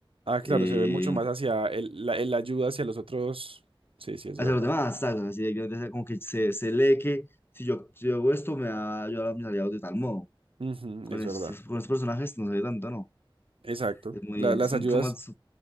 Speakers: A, on the right (about 80°); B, on the left (about 25°).
A: Ah, claro,
B: eh,
A: se ve mucho más hacia el, la el ayuda hacia los otros. Sí, sí, es
B: hacia
A: verdad.
B: los demás, ¿sabes? Así directamente, o sea, como que se, se lee que si yo, si yo hago esto, me va a ayudar a mis aliados de tal modo.
A: Ujú,
B: Con
A: es
B: estos,
A: verdad.
B: con estos personajes no se ve tanto, ¿no?
A: Exacto.
B: Es muy,
A: La-
B: es
A: las ayudas.
B: un- son más,